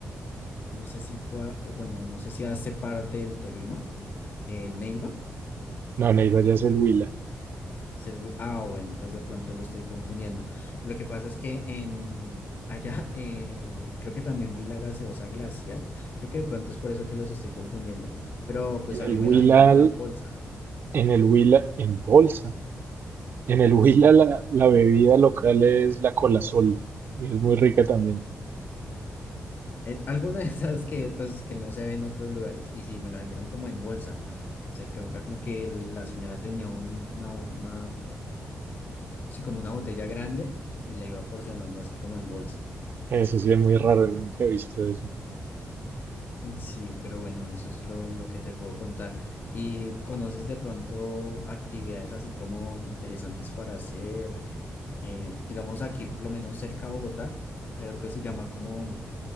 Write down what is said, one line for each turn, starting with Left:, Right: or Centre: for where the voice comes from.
Left: No sé si fue, a- eh, bueno, no sé si hace parte del Tolima, eh, Neiva.
Right: No, Neiva ya es el Huila.
Left: Es el, Wi- ah, bueno, entonces de pronto lo estoy confundiendo. Lo que pasa es que en, allá <laughs> eh, creo que también vi la gaseosa glacial. Creo que de pronto es por eso que los estoy confundiendo. Pero pues
Right: En
Left: a
Right: el
Left: mí
Right: Huila,
Left: me la vendieron fue en bolsa.
Right: en el Huila, en bolsa. En el Huila
Left: Sí.
Right: la, la bebida local es la Colasol. y Es muy rica también.
Left: Eh, <laughs> alguna de esas que pues que no se ve en otros lugares. Y sí, me la vendieron como en bolsa. O sea, creo- era como que la señora tenía un- una, una, sí, como una botella grande y la iba porcionando así como en bolsa.
Right: Eso sí es muy raro, nunca he visto eso.
Left: Sí, pero bueno, eso es lo, lo que te puedo contar. ¿Y conoces de pronto actividades así como interesantes para hacer? Eh, digamos aquí, por lo menos cerca a Bogotá, hay algo que se llama como